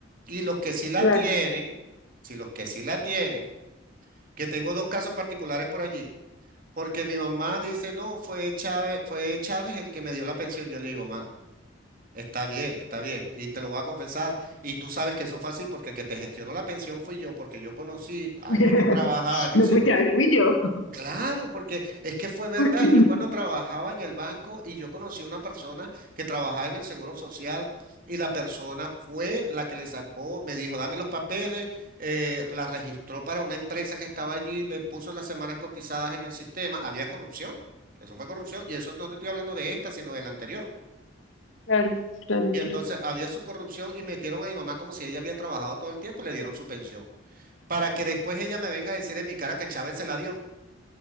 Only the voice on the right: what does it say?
Y los que sí la
tienen, si los que sí la tienen, que tengo dos casos particulares por allí. Porque mi mamá dice, no, fue Chávez, fue Chávez el que me dio la pensión. Yo le digo, ma, está bien, está bien. Y te lo voy a confesar. Y tú sabes que eso fue así porque el que te gestionó la pensión fui yo, porque yo conocí a
alguien que trabajaba en el
seguro.
Claro, porque es que fue verdad.
Yo cuando trabajaba en el banco y yo conocí a una persona que trabajaba en el Seguro Social y la persona fue la que le sacó, me dijo, dame los papeles, eh, la registró para una empresa que estaba allí, le puso las semanas cotizadas en el sistema. Había corrupción, eso fue corrupción y eso no te estoy hablando de esta, sino de la anterior.
Y entonces
había su corrupción y metieron a mi mamá como si ella había trabajado todo el tiempo y le dieron su pensión. Para que después ella me venga a decir en mi cara que Chávez se la dio.